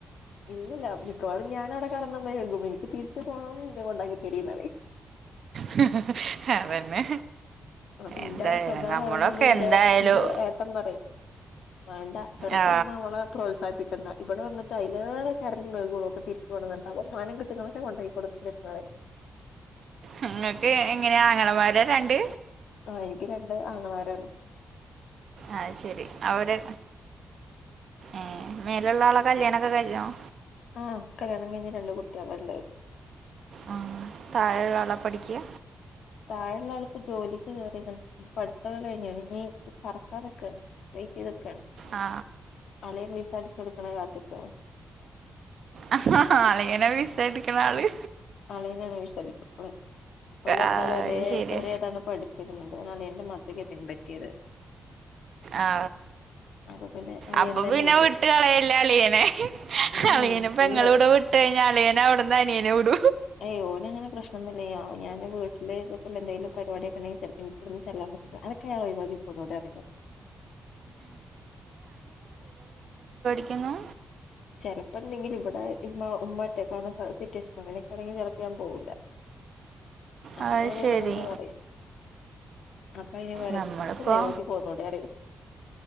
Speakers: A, on the left; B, on the right.
A: ഇല്ലില്ല മിക്കവാറും ഞാൻ അവിടെ കടന്നമെഴുകും എനിക്ക് തിരിച്ചു പോണം ഇന്നെ കൊണ്ടാക്കി തരീപറിം
B: ഹ് ഹ് ഹ് ഹെ അതന്നെ
A: അപ്പൊന്റാ
B: എന്തായാലും
A: സ്വഭാവം
B: നമ്മളൊക്കെ
A: അറിയുന്നോണ്ട് ഇന്റെ
B: എന്തായാലും
A: ഇന്റെ ഏട്ടൻ പറയും വേണ്ട വെറുത്ത
B: ആ
A: നമ്മ അവമ്മളെ പ്രോത്സാഹിപ്പിക്കണ്ട ഇവിടെ വന്നിട്ട അലേ കരഞ്ഞഞ് മെുകുള്ളൂപ്പൊ തിരിച്ചു കൊന്നിട്ട് അപ്പ മം കിട്ടുന്നൊക്കെണ്ടാക്കി കൊടുക്കുന്നരുന്നെ
B: നിങ്ങൾക്ക് ഇങ്ങനെയാ ആങ്ങണമാരാ രണ്ട്
A: ആ എനിക്ക് രണ്ട് അങ്ങമാരാണ്
B: ആഹ ശരി അവടെ ഏ മേലുള്ള ആളക്കെ കല്യാണം ഒക്കെ കഴിഞ്ഞതാണോ
A: ആഹ കല്യാണം കഴിഞ്ഞഞ് രണ്ട കുട്ടികൾ ഉണ്ട്
B: ഉ താഴെ ഒരാളാ പഠിക്കുക
A: താഴെയുള്ള ആളിപ്പോ ജോലിക്ക് കയറിയ പഠത്തത കഴിഞ്ഞാണ് ഇ പററക്കാനൊക്കെയാണ് വെയിറ്റ് ചെയ്
B: ആ
A: അലയിൽ വിസാരിിച്ചു കൊടുക്കണ കാത്തക്ക
B: ആ അളങ്ങനെ വിീസ എടുക്കണ ആള്
A: ആളെ വിശദിക്ക അഓല എന്നാൾ
B: ആ,
A: ഒരേ
B: അത് ശരി
A: ഒരേതാണ് പ പഠിച്ചിരുന്നത് ഒാണ് എൻറെ മതൃയെ പിൻപറ്റിയത്
B: ആ
A: അപ്പൊ പിന്നെ അളിയൻ
B: അപ്പൊ
A: തന്നെ
B: പിന്നെ
A: ഏറ്റു
B: വിീട്ട് കളയല്ലേ അളിയനെ
A: ഉം
B: അളിയനെപ്പങ്ങള
A: ഈ വ-
B: ഇവിടെ വിട്ട കഴിഞ്ഞ അളിയ നെ അവിടന്നാ അനിയനെ വിട
A: അയ്യോനങ്ങനെ പ്രശ്ംന്നല്ല ഞൻ വീട്ടില് ഇ എന്തങ്കും പരിപാടടിൊെങ്കിൽിലപ്പോ ഇോടുന്ന്ൊൻ മോ എനക്കയാളോ ഇകി പോകുന്നുോട ഇറങ്ങ
B: ഹലോ
A: ചിലപ്പോ എന്തെങ്കിലും ഇവിടെ ഉമ്മ്റ്റക്കണ സിറ്റുവേഷൻ അങ്ങനെയൊക്കൊണെ ചെപ്പ ചെയാൻ പോൂില്ല അപ്പൊതങ്ങലെ
B: അത് ശരി
A: പിന പറ അപ്പ അതിനെ പറയും
B: നമ്മളിപ്പോ
A: എനക്ക് നൈവാക്കി പോകന്നൂട അറിയേ